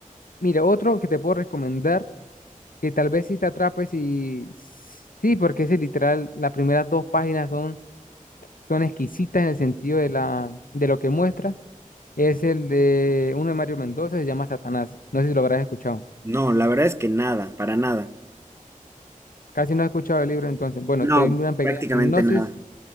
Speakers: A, on the left; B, on the right.
A: mire, otro que te puedo recomendar, que tal vez si te atrapes y sí, porque ese literal, las primeras dos páginas son, son exquisitas en el sentido de la, de lo que muestra Es el de uno de Mario Mendoza, se llama Satanás. No sé si lo habrás escuchado.
B: No, la verdad es que nada, para nada.
A: Casi no has escuchado el libro entonces. Bueno,
B: No,
A: te doy una pequeña
B: prácticamente
A: sinopsis.
B: nada.